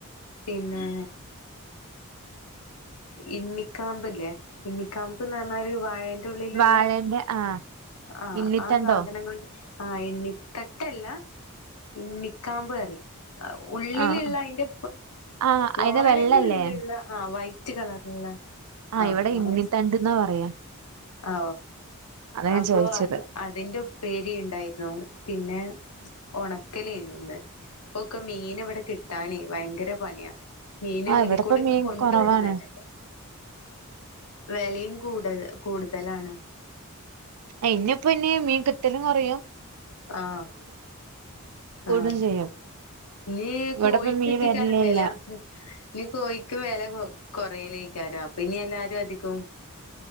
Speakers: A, on the left; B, on the right.
A: പിന്നെ ഇണ്ണിക്കാംമ്പ് ഇല്ലേ, ഇണ്ണിക്കാംമ്പ് എന്ന് പറഞ്ഞാൽ ഒരു വാഴ യന്റെ ഉള്ളിലുള്ള
B: വാഴന്റെ ആഹ്
A: ആ
B: ഇണ്ണിത്തണ്ടോ
A: ആ സാധനങ്ങൾ ആ ഇണ്ണി തട്ടെല്ല ഇണ്ണി കാമ്പ് കറി ഉള്ളിലുള്ള
B: ആഹ്
A: അതിന്റെ
B: ആഹ്
A: വായെന്റെ
B: അയിന്റെ വെള്ളല്ലേ
A: ഉള്ളിലുള്ള ആ വൈ റ്റ് കളർ ഉള്ളെ
B: ആഹ്
A: അഹ്
B: ഇവിടെ ഇണ്ണിത്തണ്ട്ന്നാ പറയാ
A: ആ
B: അതാ ഞാൻ
A: അപ്പൊ
B: ചോദിച്ചത്
A: അതിന്റെ ഉപ്പേരി ഇണ്ടായിരുന്നു പിന്നെ ഓണക്കലെനൂ ഇപ്പൊക്കെ മീൻ ഇവടെ കിട്ടാന് ഭയങ്കര പണിയാ മീനും
B: ആഹ് ഇവിടെപ്പ
A: ഇതികൂടെ ഒന്നും
B: മീൻ
A: കൊണ്ടുവര്ന്നെന്നെല്ല
B: കുറവാണ്
A: വെലെം കൂടൽ കൂടുതലാണ്
B: ഇഞ്ഞ്പ്പൊഞ് മീൻ കിട്ടലുംകൊറയും
A: ആഹ്
B: കൂടും
A: ആഹ്
B: ചെയ്യും
A: ഇഞ്ഞ്
B: ഇവിടെപ്പം
A: കോഴിക്കെറ്റെക്കാരം
B: മീൻ വരലില്ല
A: വെല ഇഞ്ഞ് കോഴിക്ക് വെല കൊ കൊറയി ക്കാരം അപ്പോ ഇഞ്ഞ് എല്ലാരും അധി കൊം